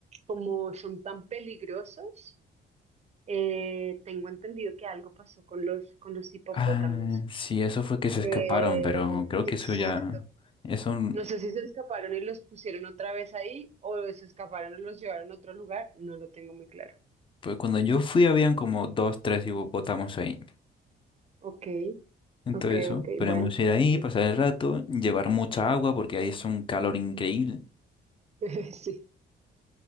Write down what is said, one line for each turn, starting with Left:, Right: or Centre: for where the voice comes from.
Right: como son tan peligrosos, eh, tengo entendido que algo pasó con los, con los hipopótamos.
Left: Ah, sí, eso fue que se escaparon,
Right: Eh,
Left: pero creo
Right: exacto.
Left: que eso ya... Eso, n-
Right: No sé si se escaparon y los pusieron otra vez ahí o se escaparon y los llevaron a otro lugar, no lo tengo muy claro.
Left: pues cuando yo fui habían como dos, tres hipopótamos ahí.
Right: Ok,
Left: Entonces
Right: ok,
Left: eso,
Right: ok,
Left: podemos
Right: bueno,
Left: ir
Right: pues
Left: ahí,
Right: bien.
Left: pasar el rato, llevar mucha agua porque ahí es un calor increíble.
Right: <laughs> Sí.